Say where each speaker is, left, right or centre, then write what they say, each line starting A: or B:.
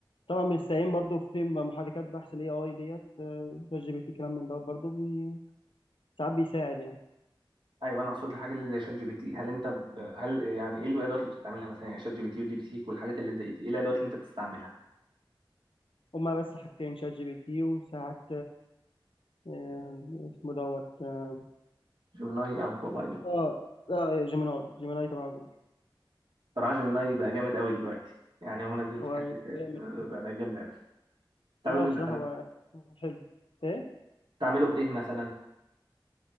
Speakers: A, on the left; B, on the right.
A: طبعا بنستعين برضو في محركات بحث الاي اي ديت آه، شات جي بي تي كلام من ده برضو بي... ساعات بيساعد يعني
B: ايوه انا اقصد الحاجات اللي زي شات جي بي تي هل انت ب... هل يعني ايه الادوات اللي بتستعملها مثلا يعني شات جي بي تي وديب سيك والحاجات اللي زي دي ايه الادوات اللي انت بتستعملها
A: هما بس حاجتين شات جي بي تي وساعات آه، اسمه دوت اه
B: جيميناي او كوبايلوت
A: اه آه، جيميناي جيميناي تبع جوجل
B: صراحة جيميناي بقى جامد قوي دلوقتي يعني هم نزلوا
A: هو
B: في تحديثات
A: جامد
B: آه، بقى بقى جامد قوي تعملوا
A: لا هو بصراحة
B: ايه مثلا
A: هو حلو ايه
B: تعمله في ايه مثلا